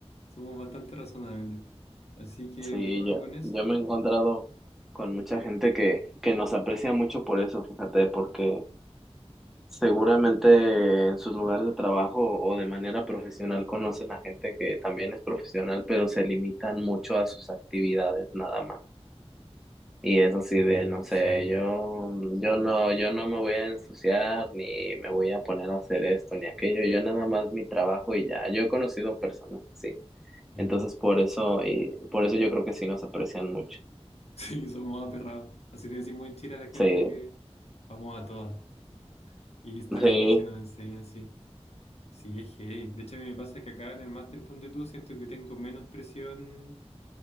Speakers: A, on the left (about 70°); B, in the centre.
A: somos bastante razonables. Así que
B: Sí,
A: un poco
B: yo,
A: con eso
B: yo me he encontrado con mucha gente que, que nos aprecia mucho por eso, fíjate, porque seguramente en sus lugares de trabajo o de manera profesional conocen a gente que también es profesional, pero se limitan mucho a sus actividades nada más. Y es así
A: Terrible,
B: de, no sé,
A: sí,
B: yo, yo no, yo no me voy a ensuciar, ni me voy a poner a hacer esto, ni aquello, yo nada más mi trabajo y ya. Yo he conocido personas así.
A: claro.
B: Entonces
A: <laughs>
B: por eso, y por eso yo creo que sí nos aprecian mucho.
A: Sí, somos aperrados. Así le decimos en Chile a la gente
B: Sí,
A: que vamos a todas. Y está bien
B: Sí,
A: si nos enseñan así. Sí, es heavy. De hecho, a mí me pasa que acá en el máster Ponte Tú siento que tengo menos presión